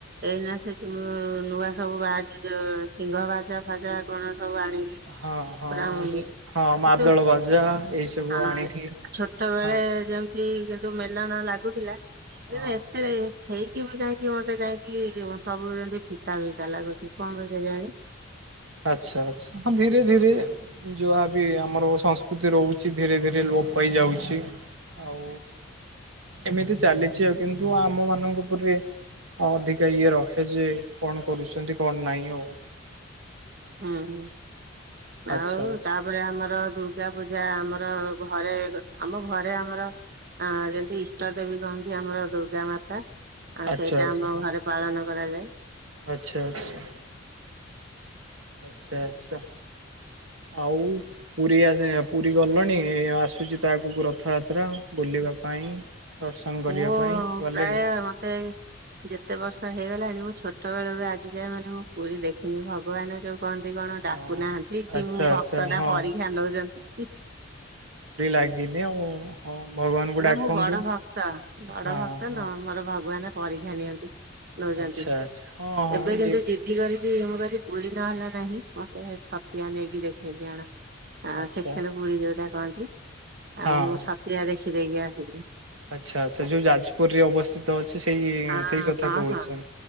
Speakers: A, on the right; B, on the right.
A: ଏଇନା
B: ଆଚ୍ଛା।
A: ସେ ଯୋଉ ନୂଆ ସବୁ ବାହାରିଚି ଯୋଉ ସିଂହ ବାଜା ଫାଜା କଣ। ସବୁ ଆଣିକି।
B: ହଁ ହଁ
A: ପୁର ଉଁ
B: ଯେ ହଁ
A: କିନ୍ତୁ
B: ମାଦଳ ବାଜା ଏଇ ସବୁ
A: ହଁ
B: ଆଣିକି
A: ଛୋଟ ବେଳେ
B: ହଁ
A: ଯେମ ତି କିନ୍ତୁ ମେଲଣ ଲାଗୁଥିଲା
B: ହଁ
A: ଏଇନା ଏତେ। ହେଇକି ବି କାଇଁକି କି ମତେ କାଇଁକି ସବୁ ଯେମିତି ଫିକା ଫିକା ଲାଗୁଛି କଣ ପାଇଁ କେ ଯାଣି।
B: ଆଚ୍ଛା ଆଛା ହଁ ଧୀରେ ଧୀରେ। ଯୋହାବି ଆମର ସଂସ୍କୃତି ରହୁଛି ଧୀରେ ଧୀରେ ଲୋପ ପାଇ ଯାଉଛି। ଆଉ ଏମିତି ଚାଲିଛି ଆଉ କିନ୍ତୁ ଆମ ମାନଙ୍କ ଉପରେ। ଅଧିକା ଇଏ ରହେ ଯେ କଣ କରୁଛନ୍ତି କଣ ନାଇଁ ଆଉ
A: ହୁଁ ହୁଁ
B: ଆଚ୍ଛା
A: ଆଉ
B: ଆଚ୍ଛା
A: ତାପରେ ଆମର। ଦୁର୍ଗା ପୂଜା ଆମର ଘରେ ଆମ ଘରେ ଆମର ଆ ଯେମିତି ଇଷ୍ଟ ଦେବୀ। ହୁଅନ୍ତି ଆମର ଦୁର୍ଗା ମାତା ଆଉ
B: ଆଚ୍ଛା
A: ସେଇଟା
B: ଆଚ୍ଛା।
A: ଆମ
B: ହଁ
A: ଘରେ ପାଳନ କରାଯାଏ।
B: ଆଚ୍ଛା ଆଚ୍ଛା। ଆଚ୍ଛା ଆଚ୍ଛା। ଆଉ ପୁରୀ ଆସି ପୁରୀ ଗଲଣି ଆସୁଛି ତ ଆଗକୁ ରଥ ରଥଯାତ୍ରା ବୁଲିବା ପାଇଁ। ଦର୍ଶନ କରିବା
A: ମୁଁ
B: ପାଇଁ ଗଲେଣି
A: ପ୍ରାୟ ମତେ ଯେତେ ବର୍ଷ। ହେଇ ଗଲାଣି ମୁଁ ଛୋଟ ବେଳୁ ରୁ ଆଜିଯାଏ ମାନେ ମୁଁ ପୁରୀ ଦେଖିନି ଭଗବାନ ଯୋଉ। କହନ୍ତି କଣ
B: ହଁ
A: ଡାକୁ ନାହାନ୍ତି କି
B: ଆଚ୍ଛା
A: ମୁଁ
B: ଆଚ୍ଛା
A: ଭକ୍ତ
B: ହଁ।
A: ଟା ପରକ୍ଷା ନଉଛନ୍ତି କି।
B: ଲଗିନି ଆଉ ହଁ। ଭଗବାନଙ୍କୁ
A: ନା
B: ଡାକନ୍ତୁ।
A: ମୁଁ ବଡ ଭକ୍ତ ବଡ
B: ହଁ
A: ଭକ୍ତ
B: ହଁ
A: ନୁ ମୋର ଭଗବାନ। ପରିକ୍ଷା ନିଅନ୍ତି ନଉଚନ୍ତି
B: ଆଚ୍ଛା ଆଚ୍ଛା ହଁ ହଁ
A: ଏବେ
B: ଇଏ
A: କିନ୍ତୁ ଯିଦି କରିକ। କି ମୁଁ କଇଲି ପୁରୀ ନହେଲା ନାହିଁ ମତେ ଛତିଆ ନେଇକି ଦେଖେଇକି ଆଣ। ଆ
B: ଆଚ୍ଛା
A: ସେକେଣ୍ଡ ପୁୁରୀ ଯୋଉଟା କହନ୍ତି
B: ହଁ
A: ଆଉ ମୁଁ
B: ହଁ।
A: ଛତିଆ ଦେଖି ଦେଇକି ଆସିଲି।
B: ଆଚ୍ଛା ଆଚ୍ଛା ଯୋଉ ଯାଜପୁର ରେ ଅବସ୍ଥିତ ଅଛି ସେଇ
A: ହଁ
B: ସେଇ କଥା
A: ହଁ
B: କହୁଛନ୍ତି।
A: ହଁ